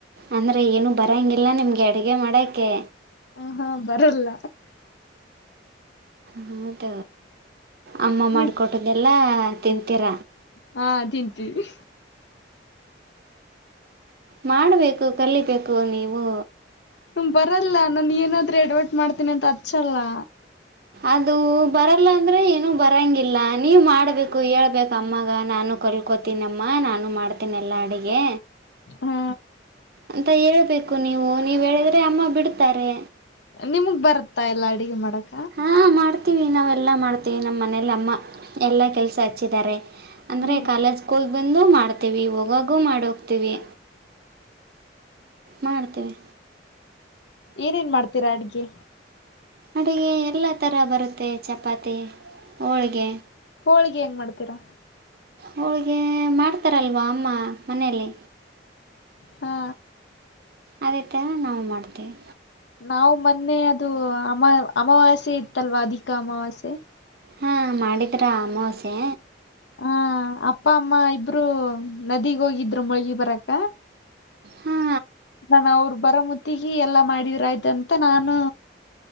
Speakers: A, on the right; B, on the left.
A: ಅಂದ್ರೆ ಏನು ಬರಂಗಿಲ್ಲ ನಿಮ್ಗೆ ಅಡ್ಗೆ ಮಾಡಕೆ.
B: ಹ ಹಾ ಬರಲ್ಲ.
A: ಹೌದ ಅಮ್ಮ
B: ನೀ
A: ಮಾಡ್ಕೊಟ್ಟ್ದ ಎಲ್ಲಾ ತಿಂತೀರ.
B: ಹಾ ತಿಂತೀವಿ.
A: ಮಾಡಬೇಕು ಕಲಿಬೇಕು ನೀವು.
B: ಹ್ಮ ಬರಲ್ಲ ನಾನು ಏನಾದ್ರೂ ಎಡವಟ್ ಮಾಡ್ತೀನಿ ಅಂತ ಹೆಚ್ಚಲ್ಲಾ.
A: ಅದು ಬರಲ್ಲ ಅಂದ್ರೆ ಏನುೂ ಬರಂಗಿಲ್ಲ ನೀವ್ ಮಾಡ್ಬೇಕು ಹೇಳ್ಬೇಕು ಅಮ್ಮಗ ನಾನು ಕಲ್ಕೋತೀನಿಮ್ಮ ಅಮ್ಮಾ ನಾನು ಮಾಡ್ತೇನೆ ಎಲ್ಲಾ ಅಡಗೆ
B: ಹಾ
A: ಅಂತ ಹೇಬೇಕು. ಕೂ ನೀವು ನೀವ್ ಹೇಳಿದ್ರೆ ಅಮ್ಮ ಬಿಡತ್ತಾರೆ.
B: ನಿಮಗ್ ಬರುತ್ತಾ ಎಲ್ಲಾ ಅಡುಗೆ ಮಾಡಕ್
A: ಹಾ ಮಾಡ್ತೀವಿ ನಾವೆಲ್ಲಾ ಮಾಡ್ತೀವಿ ನಮ್ಮ ಮನಲಿ ಅಮ್ಮ ಎಲ್ಲಾ ಕೆಲ್ಸ ಹಚ್ಚಿದ್ದಾರೆ. ಅಂದ್ರೆ
B: ಹಾ
A: ಕಾಲೇಜ್ ಕೂಲ್ ಬಂದು ಮಾಡ್ತೀವಿ ಹೋಗಾಗು ಮಾಡ ಹೋಗ್ತಿವಿ. ಮಾಡತವಿ.
B: ಏನೇನ್ ಮಾಡ್ತೀರಾ ಅಡ್ಗೆ.
A: ಅಡುಗೆ ಎಲ್ಲ ಥರ ಬರುತ್ತೆ ಚಪಾತಿ. ಹೋಳ್ಗೆ
B: ಹೋಳಿಗೆ ಹೆಂಗ್ ಮಾಡ್ತೀರಾ.
A: ಹೋಳಿಗೆ ಮಾಡ್ತಾರಲ್ವಾ ಅಮ್ಮ ಮನೇಲಿ.
B: ಹಾ.
A: ಅದೇ ಥರ ನಾವು ಮಾಡ್ತೀವಿ.
B: ನಾವು ಮೊನ್ನೆ ಅದು ಅಮ ಅಮವಾಸೆ ಇತ್ತಲ್ವಾ ಅಧಿಕ ಅಮಾವಾಸೆ.
A: ಹಾಂ ಮಾಡಿದರಾ ಅಮಾವಾಸ್ಯೆ.
B: ಹಾ ಅಪ್ಪ ಅಮ್ಮ ಇಬ್ರು ನದಿಗ್ ಹೋಗಿದ್ರು ಮುಳಗಿ ಬರಾಕ್ಕ.
A: ಹಾ.
B: ನಾನ ಅವ್ರ ಬರೋ ಮುತ್ತಿಗೆ ಎಲ್ಲಾ ಮಾಡಿದ್ರ ಆಯ್ತಂತ ನಾನು.